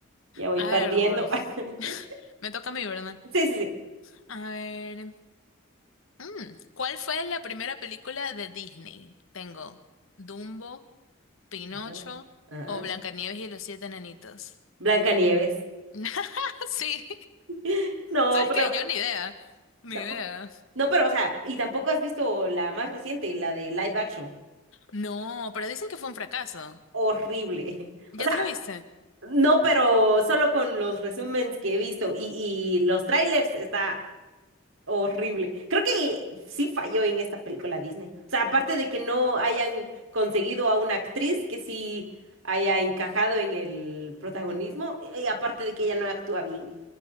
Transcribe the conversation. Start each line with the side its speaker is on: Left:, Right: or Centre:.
Right: ya voy
Left: A
Right: perdiendo.
Left: ver,
Right: <laughs>
Left: <laughs> me toca a mí, ¿verdad?
Right: Sí, sí, sí.
Left: A ver, mm, ¿cuál fue la primera película de Disney? Tengo Dumbo, Pinocho
Right: Ajá. Ajá.
Left: o Blancanieves y los siete enanitos.
Right: Blancanieves.
Left: <laughs> Sí,
Right: <laughs> No,
Left: ¿sabes
Right: pero
Left: qué? Yo ni idea, ni
Right: No,
Left: idea.
Right: no, pero, o sea, y tampoco has visto la más reciente, la de live action.
Left: No, pero dicen que fue un fracaso.
Right: Horrible. <laughs>
Left: ¿Ya
Right: O sea,
Left: te la viste?
Right: no, pero solo con los resúmenes que he visto y, y los trailers está horrible. Creo que sí falló en esta película Disney. O sea, aparte de que no hayan conseguido a una actriz que sí haya encajado en el protagonismo, y y aparte de que ella no actúa bien.